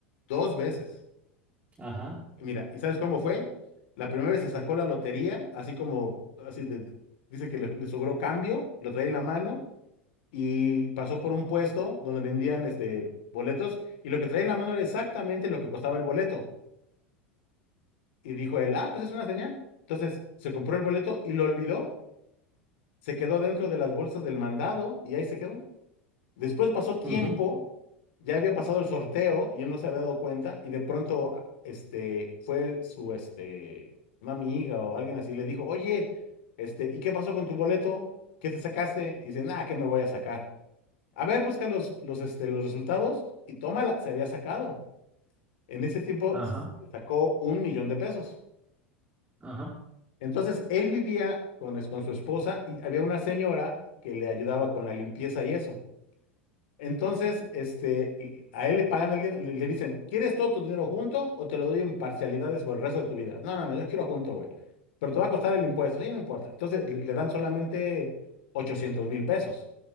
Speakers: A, on the left (about 65°); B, on the right (about 20°).
A: dos veces.
B: Ajá.
A: Y Mira, ¿y sabes cómo fue? La primera vez se sacó la lotería, así como, así de- dice que le, le sobró cambio, lo trae en la mano y pasó por un puesto donde vendían este, boletos y lo que traía en la mano era exactamente lo que costaba el boleto. Y dijo él, ah, pues es una señal. Entonces se compró el boleto y lo olvidó, se quedó dentro de las bolsas del mandado y ahí se quedó. Después pasó tiempo,
B: ujú,
A: ya había pasado el sorteo y él no se había dado cuenta y de pronto ah, este, fue su, este, una amiga o alguien así, le dijo, oye, este, ¿y qué pasó con tu boleto? ¿Qué te sacaste? Y dice, nada, ¿qué me voy a sacar? A ver, busca los, los, este, los resultados y tómala, se había sacado. En ese tiempo
B: Ajá.
A: s- sacó un millón de pesos.
B: Ajá.
A: Entonces, él vivía con, es- con su esposa y había una señora que le ayudaba con la limpieza y eso. Entonces, este, y a él le pagan el dinero, le, le dicen, ¿quieres todo tu dinero junto o te lo doy en parcialidades por el resto de tu vida? No, no, no, yo quiero junto, güey. Pero te va a costar el impuesto, sí, no importa. Entonces, le, le dan solamente ochocientos mil pesos.